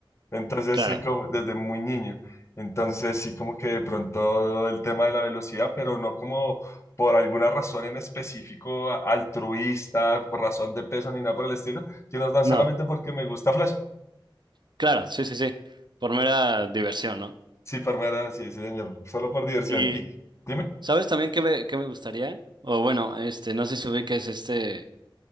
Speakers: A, on the left; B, on the right.
A: Entonces,
B: claro.
A: sí, como desde muy niño. Entonces, sí, como que de pronto el tema de la velocidad, pero no como por alguna razón en específico altruista, por razón de peso ni nada por el estilo, sino tan
B: No,
A: solamente porque me gusta Flash.
B: claro, sí, sí, sí. Por mera diversión, ¿no?
A: Sí, palmera, sí, sí, señor. Solo por diversión.
B: Y,
A: Y dime,
B: ¿sabes también qué me, qué me gustaría? O bueno, este, no sé si ubiques este.